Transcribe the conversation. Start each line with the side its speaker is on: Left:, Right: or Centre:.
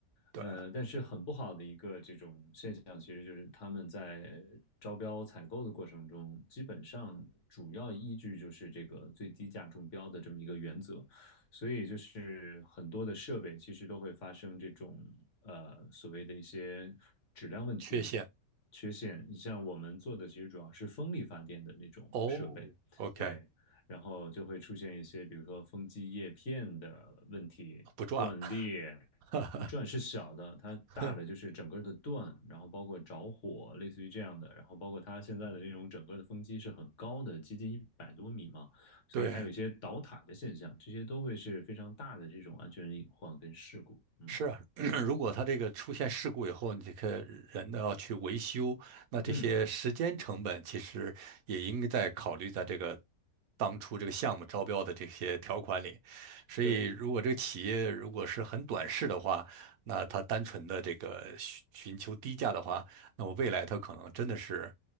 Right: 对，
Left: 呃，但是很不好的一个这种现象，其实就是他们在招标采购的过程中，基本上主要依据就是这个最低价中标的这么一个原则，所以就是很多的设备其实都会发生这种呃所谓的一些质量问题、
Right: 缺陷，
Left: 缺陷。你像我们做的其实主要是风力发电的那种设备，
Right: 哦，OK，
Left: 对，然后就会出现一些比如说风机叶片的问题断裂。
Right: 不赚了，
Left: 不转是小的，它大的就是整个的断，
Right: <laughs>
Left: 然后包括着火，类似于这样的，然后包括它现在的这种整个的风机是很高的，接近一百多米嘛，所以还有一些倒塌的现象，
Right: 对。
Left: 这些都会是非常大的这种安全隐患跟事故。嗯
Right: 是啊，<clears throat> 如果他这个出现事故以后，你这个人呢要去维修，那这些时间成本其实也应该在考虑在这个
Left: 嗯，
Right: 当初这个项目招标的这些条款里。所以，
Left: 对，
Right: 如果这个企业如果是很短视的话，那他单纯的这个寻寻求低价的话，那么未来他可能真的是